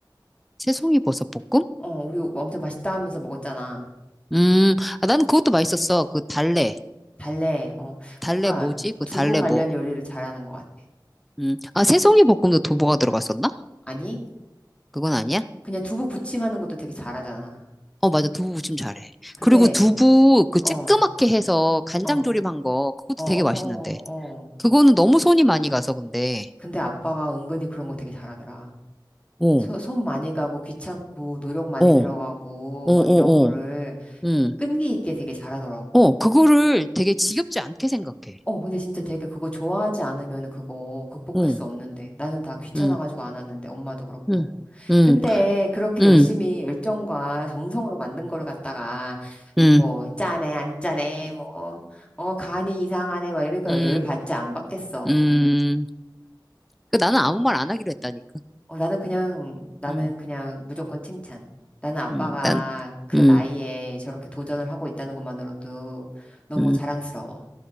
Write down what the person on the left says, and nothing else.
어, 우리 엄청 맛있다 하면서 먹었잖아.
달래. 어,
뭔가
두부
관련
요리를 잘하는 것 같아.
아니?
그냥 두부 부침하는 것도 되게 잘하잖아.
근데,
어, 어,
어, 어,
어, 어.
어.
근데 아빠가 은근히 그런 거 되게 잘하더라.
소- 손 많이 가고 귀찮고 노력 많이
들어가고
막 이런 거를
끈기 있게 되게 잘하더라고.
어, 근데 진짜 되게 그거 좋아하지 않으면 그거 극복할
수 없는데. 나는 다 귀찮아가지고
안 하는데, 엄마도 그렇고.
근데 그렇게
열심히 열정과 정성으로 만든 거를 갖다가,
뭐, 짜네, 안 짜네, 뭐, 어, 간이 이상하네, 막 이러니까
열 받지 안 받겠어.
어, 나는 그냥, 나는
그냥 무조건 칭찬. 나는 아빠가
그
나이에 저렇게 도전을 하고 있다는 것만으로도 너무
자랑스러워.